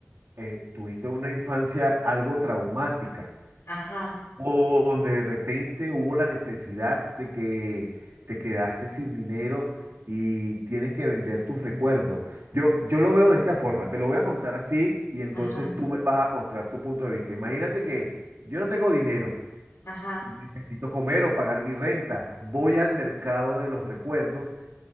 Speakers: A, on the right; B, on the left.
A: eh, tuviste una infancia algo traumática
B: ajá,
A: o donde de repente hubo la necesidad de que te quedaste sin dinero y tienes que vender tus recuerdos. Yo, yo lo veo de esta forma, te lo voy a contar así y entonces
B: ajá,
A: tú me vas a mostrar tu punto de vista. Imagínate que yo no tengo dinero
B: ajá,
A: y necesito comer o pagar mi renta. Voy al mercado de los recuerdos